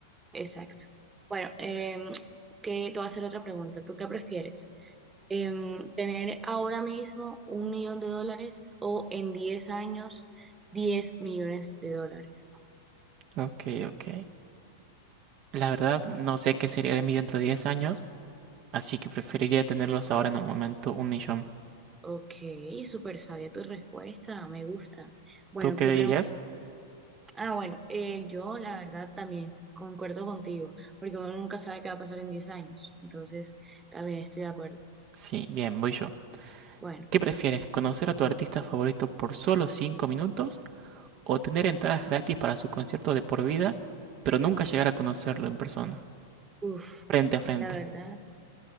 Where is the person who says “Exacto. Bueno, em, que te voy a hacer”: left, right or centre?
Right